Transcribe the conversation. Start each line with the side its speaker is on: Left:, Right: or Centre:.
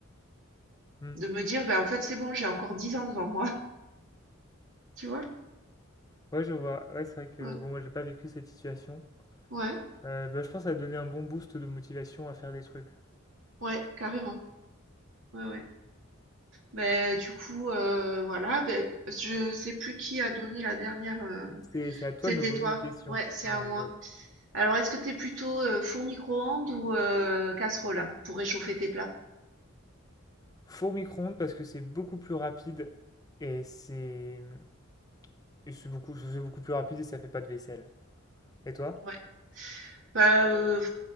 Left: Hmm.
Right: de me dire, ben en fait, c'est bon, j'ai encore 10 ans devant moi, <laughs> tu vois?
Left: Ouais, je vois. Ouais, c'est vrai que
Right: Ouais,
Left: bon, moi, j'ai pas vécu cette situation.
Right: ouais,
Left: Heu, bah, je pense, que ça va donner un bon boost de motivation à faire des trucs.
Right: ouais, carrément. Ouais, ouais. Beh, du coup, heu, voilà, ben, je sais plus qui a donné la dernière, heu
Left: C'est c'est à toi
Right: c'était
Left: de me poser
Right: toi?
Left: une question
Right: Ouais, c'est
Left: dans
Right: à moi.
Left: le jeu.
Right: Alors, est-ce que t'es plutôt, heu, four micro-ondes ou heu, casserole hein, pour réchauffer tes plats?
Left: Four micro-ondes parce que c'est beaucoup plus rapide et c'est, mmh et c'est beaucoup c'est beaucoup plus rapide et ça fait pas de vaisselle. Et toi?
Right: Ouais. Bah, heu,